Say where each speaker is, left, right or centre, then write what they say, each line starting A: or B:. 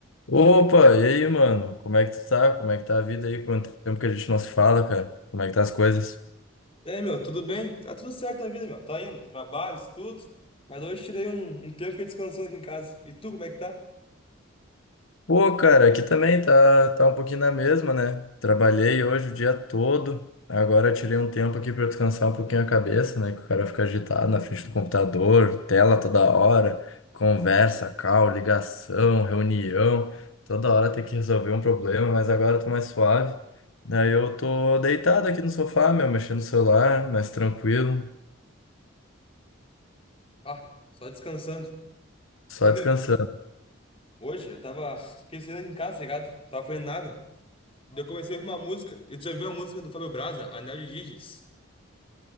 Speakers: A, on the left; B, on the left.
A: Opa, e aí, mano? Como é que tu tá? Como é que tá a vida aí? Quanto tempo que a gente não se fala, cara? Como é que tá as coisas?
B: E aí, meu, tudo bem? Tá tudo certo a vida, meu. Tá indo, trabalho, estudo. Mas hoje tirei um, um tempo e fiquei descansando aqui em casa. E tu, como é que tá?
A: Pô, cara, aqui também tá, tá um pouquinho na mesma, né? Trabalhei hoje o dia todo. Agora tirei um tempo aqui pra descansar um pouquinho a cabeça, né? Que o cara fica agitado na frente do computador, tela toda hora, conversa, call, ligação, reunião. Toda hora tem que resolver um problema, mas agora eu tô mais suave. Daí eu tô deitado aqui no sofá, meu, mexendo no celular, mais tranquilo,
B: Ah, só descansando.
A: só
B: Ô, meu,
A: descansando.
B: hoje eu tava esquecendo aqui em casa, tá ligado? Não Tava fazendo nada. Daí eu comecei a ouvir uma música. E tu já viu a música do Fábio Braza, Anel de Giges?